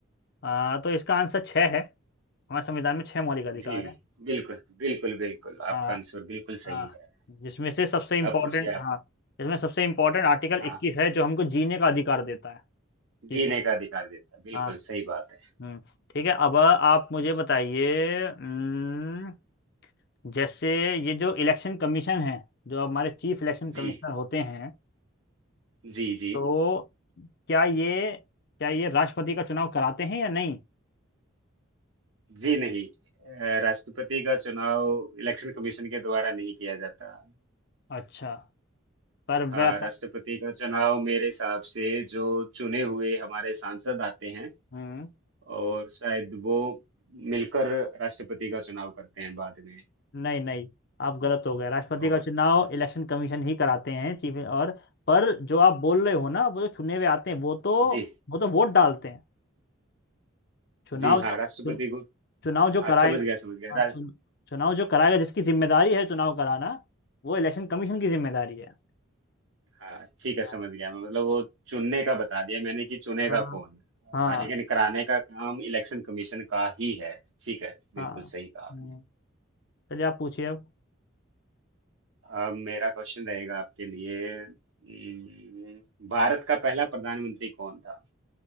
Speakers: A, on the left; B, on the right.
A: आ, तो इसका आंसर छः है हमारे संविधान में छः मौलिक अधिकार
B: जी
A: है
B: बिल्कुल बिल्कुल बिल्कुल
A: आ,
B: आपका आंसर बिल्कुल
A: आ,
B: सही है
A: जिसमें से सबसे इम्पोर्टेंट
B: अब पूछिए आप
A: हाँ जिसमें सबसे इम्पोर्टेंट आर्टिकल
B: हाँ।
A: इक्कीस है जो हमको जीने का अधिकार देता है ठीक
B: जीने
A: है
B: का अधिकार देता है बिल्कुल
A: हाँ
B: सही बात है
A: हम्म ठीक है अब आप मुझे
B: पूछिए।
A: बताइए हम्म, जैसे ये जो इलेक्शन कमीशन है जो हमारे चीफ इलेक्शन कमिश्नर
B: जी
A: होते हैं
B: जी जी
A: तो क्या ये क्या ये राष्ट्रपति का चुनाव कराते हैं या नहीं
B: जी नहीं अ, राष्ट्रपति का चुनाव इलेक्शन कमीशन के द्वारा नहीं किया जाता
A: अच्छा पर
B: हाँ
A: वह
B: राष्ट्रपति का चुनाव मेरे हिसाब से जो चुने हुए हमारे सांसद आते हैं
A: हम्म
B: और शायद वो मिलकर राष्ट्रपति का चुनाव करते हैं बाद में
A: नहीं नहीं आप गलत हो गए राष्ट्रपति
B: और
A: का चुनाव इलेक्शन कमीशन ही कराते हैं चीफ और पर जो आप बोल रहे हो ना वो जो चुने हुए आते हैं वो तो
B: जी
A: वो तो वोट डालते हैं चुनाव
B: जी
A: जो
B: हाँ राष्ट्रपति
A: चुन,
B: को
A: चुनाव जो
B: हाँ
A: कराएगा
B: समझ गया समझ गया
A: हाँ, चुन, चुनाव जो कराएगा जिसकी जिम्मेदारी है चुनाव कराना वो इलेक्शन कमीशन की जिम्मेदारी है
B: हाँ ठीक है
A: हाँ
B: समझ गया मैं मतलब वो चुनने का बता दिया मैंने कि चुनेगा
A: हाँ
B: कौन
A: हाँ
B: हाँ लेकिन कराने का काम इलेक्शन कमीशन का ही है ठीक है बिल्कुल
A: हाँ,
B: सही कहा आपने
A: हम्म, चलिए आप पूछिए अब
B: अब मेरा क्वेश्चन रहेगा आपके लिए हम्म, भारत का पहला प्रधानमंत्री कौन था